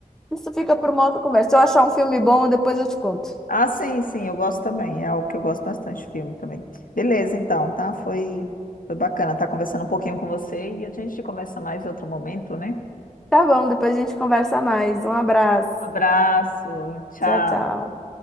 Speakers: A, in the centre; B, on the left.
A: isso fica por uma outra conversa. Se eu achar um filme bom, depois eu te conto.
B: ah, sim, sim, eu gosto também. É algo que eu gosto bastante de filme também. Beleza, então, tá? Foi, foi bacana estar conversando um pouquinho com você e a gente conversa mais em outro momento, né?
A: Tá bom, depois a gente conversa mais. Um abraço.
B: Abraço, tchau.
A: Tchau, tchau.